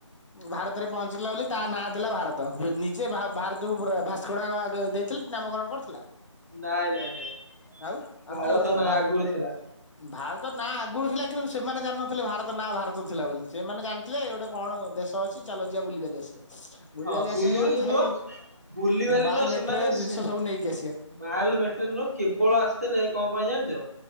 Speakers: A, on the left (about 70°); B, on the right (about 30°).
A: ଭାରତରେ ପହଞ୍ଚିଲା ବୋଲି ତା ନାଁ ଦେଲା ଭାରତ। ତ ନିଜେ ଭାରତକୁ ଭାସ୍କଡା ଦେଇଥିଲେ ନାମକରଣ କରିଥିଲା।
B: ନାଇଁ ନାଇଁ ନାଇଁ।
A: ଆଉ ଆଉ
B: ଭାରତ
A: କିଏ କରୁଥିଲା
B: ନା ଆଗରୁ ଥିଲା
A: ଭାରତ ନାଁ ଆଗରୁ ଥିଲା କିନ୍ତୁ ସେମାନେ ଜାଣିନଥିଲେ ଭାରତ ନାଁ ଭାରତ ଥିଲା ବୋଲି ସେମାନେ ଜାଣିଥିଲେ ଏ ଗୋଟେ କଣ ଦେଶ ଅଛି ଚାଲ ଯିବା ବୁଲିିବାଲି ଆସିବା। ଆ ବୁଲିିବାଲି
B: ହଁ
A: ଆସିବା
B: ବୁଲିବାଲି
A: କଣ ଯାଇ
B: ନୁହଁ ବୁଲିବାଲି
A: ମାଲ
B: ନୁହଁ
A: ମେଟେରିଆଲ
B: ସେମାନେ
A: ଜିନିଷ
B: ସେ
A: ସବୁ ନେଇକି ଆସିବା।
B: ମାଲ ମଟେରିଆଲ ନୁହ କେବଳ ଆସିଥିଲେ କଣ ପାଇଁ ଜାଣିଛ